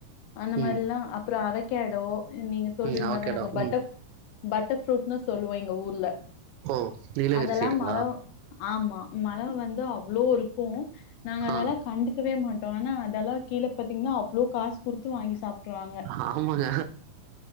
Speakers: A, on the left (about 80°); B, on the right (about 90°).
A: அந்த மாரில
B: ம்
A: அப்றோ அவக்கேடோ நீங்க சொல்றீங்ளதா
B: ம் அவகேடோ
A: நாங்க
B: ம்
A: பட்டர்ஃப் பட்டர்ஃப்ரூட்னு சொல்லுவோ எங்க ஊர்ல
B: ஓ நீலகிரி
A: அதெல்லா
B: சைடுங்களா
A: மரோ ஆமா மரோ வந்து அவ்ளோ இருக்கு நாங்க அதலா
B: ஆ
A: கண்டுக்கவே மாட்டோ அனா அதெல்லா கீழ பாத்திங்ன்னா அவ்ளோ காசு குடுத் து வாங்கி சாப்ட்ரு வாங்
B: ஆமாங்க